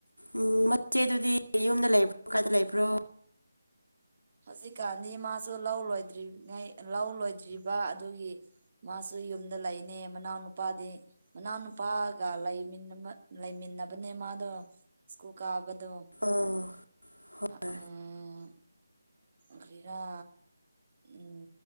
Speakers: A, on the left (about 90°); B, on the right (about 35°).
A: ꯎꯝ ꯃꯆꯦꯗꯨꯗꯤ ꯌꯨꯝꯗ ꯂꯩꯕ꯭ꯔꯣ ꯀꯥꯏꯗ ꯂꯩꯕ꯭ꯔꯣ
B: ꯍꯧꯖꯤꯛꯀꯥꯟꯗꯤ ꯃꯥꯁꯨ ꯂꯧ ꯂꯣꯏꯗ꯭ꯔꯤꯉꯩ ꯂꯧ ꯂꯣꯏꯗ꯭ꯔꯤꯕ ꯑꯗꯨꯒꯤ ꯃꯥꯁꯨ ꯌꯨꯝꯗ ꯂꯩꯅꯦ ꯃꯅꯥꯎꯅꯨꯄꯥꯗꯤ ꯃꯅꯥꯎ ꯅꯨꯄꯥꯒ ꯂꯩꯃꯤꯟꯅꯕ ꯂꯩꯃꯤꯟꯅꯕꯅꯦ ꯃꯥꯗꯣ ꯏꯁ꯭ꯀꯨꯜ ꯀꯥꯕ ꯑꯗꯣ
A: ꯑꯣ ꯍꯣꯏ
B: ꯑ ꯎꯝ ꯀꯔꯤꯔ ꯎꯝ